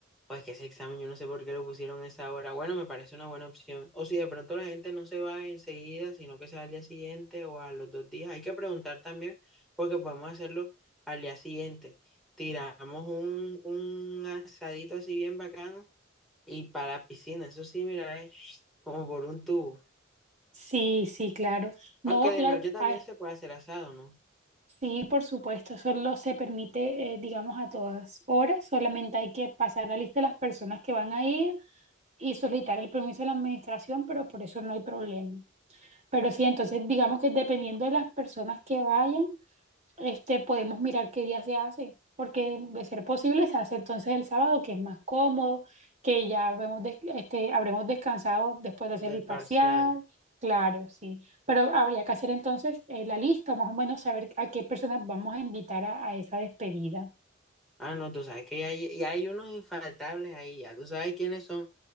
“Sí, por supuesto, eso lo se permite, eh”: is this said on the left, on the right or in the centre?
Right